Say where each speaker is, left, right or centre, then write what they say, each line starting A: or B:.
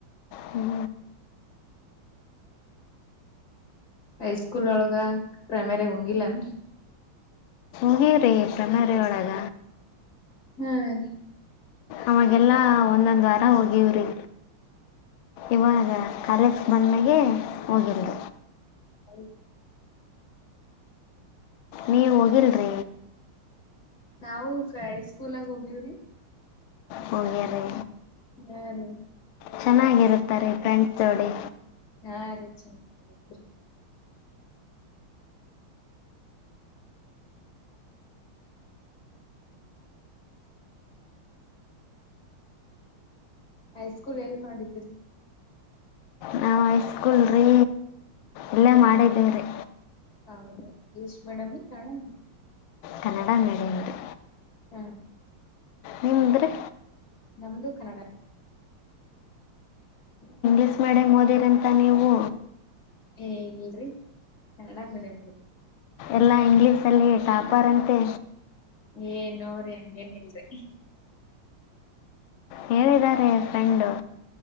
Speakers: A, on the left; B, on the left.
A: ಹ್ಞೂ
B: ಹೈಸ್ಕೂಲ್ ಒಳಗ ಪ್ರೈಮರಿ ಹೋಗಿಲ್ಲನ್
A: ಹಾಗೇವ ರೀ ಪ್ರೈಮರಿ ಒಳಗ
B: ಹ್ಮ ರೀ
A: ಅವಾಗೆಲ್ಲಾ ಒಂದೊಂದ್ ವಾರ ಹೋಗಿವ್ರಿ ಇವಾಗ ಕಾಲೇಜ ಬಂದ್ಮ್ಯಾಗೆ ಹೋಗಿಲ್ರಿ
B: ಹೌದು
A: ನೀವ ಹೋಗಿಲ್ರಿ
B: ನಾವು ಹೈಸ್ಕೂಲಗ ಹೋಗೀವ್ರಿ
A: ಹೋಗ್ಯಾರೀ
B: ಹಾ ರಿ
A: ಚೆನ್ನಾಗಿರುತ್ತ ರಿ ಫ್ರೆಂಡ್ಸ್ ಜೋಡಿ
B: ಹಾ ರಿ ಚನಾಗಿರತ್ತ ರಿ ಹೈಸ್ಕೂಲ್ ಎಲ್ ಮಾಡಿದ್ರಿ
A: ನಾವು ಹೈಸ್ಕೂಲ್ ರೀ ಇಲ್ಲೇ ಮಾಡಿದ್ದೀವಿ ರೀ
B: ಹೌದ English medium Kannada medium
A: Kannada medium ರೀ
B: ಹಾ
A: ನಿಮ್ದು ರೀ
B: ನಮ್ದು ಕನ್ನಡ ಹ್ಮ
A: ಇಂಗ್ಲಿಷ್ ಮೀಡಿಯಂ ಓದಿರಂತ ನೀವು
B: ಏ ಇಲ್ರಿ ಕನ್ನಡ ಮೀಡಿಯಂ ರಿ
A: ಎಲ್ಲ ಇಂಗ್ಲೀಷಲ್ಲಿ ಟಾಪರ್ ಅಂತೆ
B: ಏ ನೋ ರಿ ಹಂಗೇನ್ ಇಲ್ರಿ
A: ಹೇಳಿದ್ದಾರೆ ಫ್ರೆಂಡು